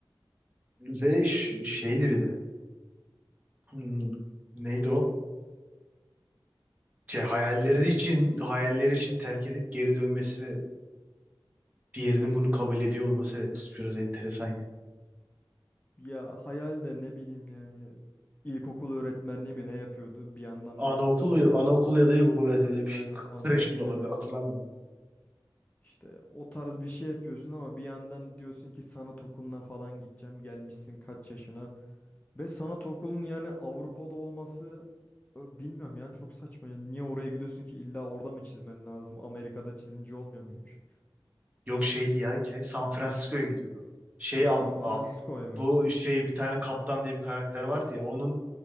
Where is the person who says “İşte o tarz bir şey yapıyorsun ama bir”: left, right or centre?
Left